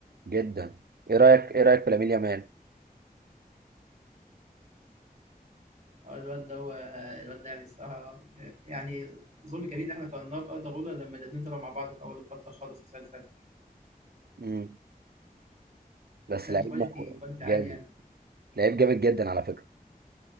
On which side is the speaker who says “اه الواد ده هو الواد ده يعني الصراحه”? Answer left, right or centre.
Right